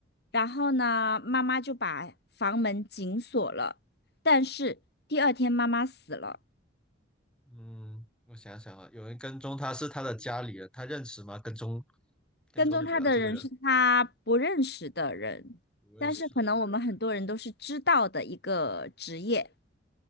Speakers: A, on the left; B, in the centre.
A: 然后呢，妈妈就把房门紧锁了，但是第二天妈妈死了。
B: 嗯，我想想啊，有人跟踪他是他的家里人，他认识吗？跟踪跟踪女儿这个人
A: 跟踪他的人是他不认识的人，
B: 不认识的人，
A: 但是可能我们很多人都是知道的一个职业。